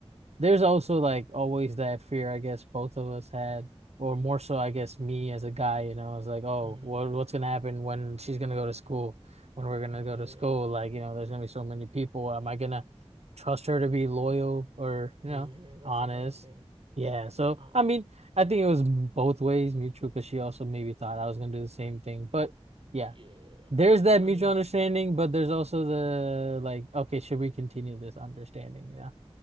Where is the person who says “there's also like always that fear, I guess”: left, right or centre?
Right